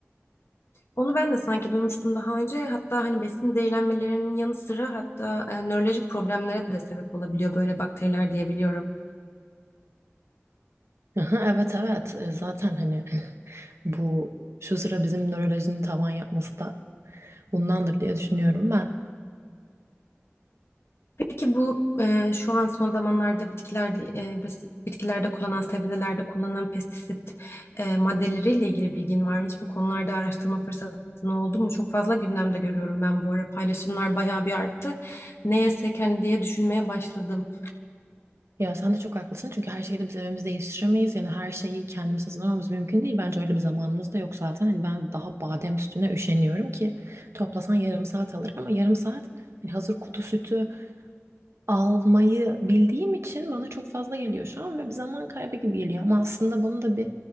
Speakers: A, on the left (about 65°); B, on the right (about 70°).
A: Onu ben de sanki duymuştum daha önce. Hatta hani besin zehirlenmelerinin yanı sıra hatta e, nörolojik problemlere de sebep olabiliyor böyle bakteriler diyebiliyorum.
B: Aha, evet evet E, zaten hani <laughs> bu şu sıra bizim nörolojinin tavan yapması da bundandır diye düşünüyorum ben.
A: Peki bu e, şu an son zamanlarda bitkilerde e, biz- bitkilerde kullanılan sebzelerde kullanılan pestisit e, maddeleriyle ilgili bilgin var mı? Hiç bu konularda araştırma fırsatın oldu mu? Çok fazla gündemde görüyorum ben bu ara paylaşımlar bayağı bir arttı. Ne yesek hani diye düşünmeye başladım.
B: Ya sen de çok haklısın çünkü her şeyi de biz evimizde yetiştiremeyiz. Yani her şeyi kendimiz hazırlamamız mümkün değil. Bence öyle bir zamanımız da yok zaten. Hani ben daha badem sütüne üşeniyorum ki toplasan yarım saat alır ama yarım saat hani hazır kutu sütü almayı bildiğim için bana çok fazla geliyor şu an ve bir zaman kaybı gibi geliyor. Ama aslında bunu da bir